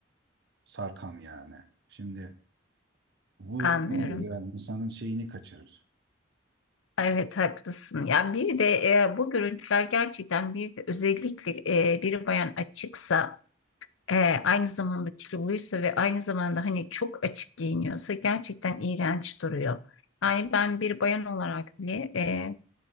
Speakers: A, on the right; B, on the left.
A: sarkan yani. Şimdi bu
B: Anlıyorum.
A: ne diyor yani insanın şeyini kaçırır.
B: Evet haklısın. Yani bir de e, bu görüntüler gerçekten bir de özellikle e, bir bayan açıksa e, aynı zamanda kiloluysa ve aynı zamanda hani çok açık giyiniyorsa gerçekten iğrenç duruyor. Yani ben bir bayan olarak bile e,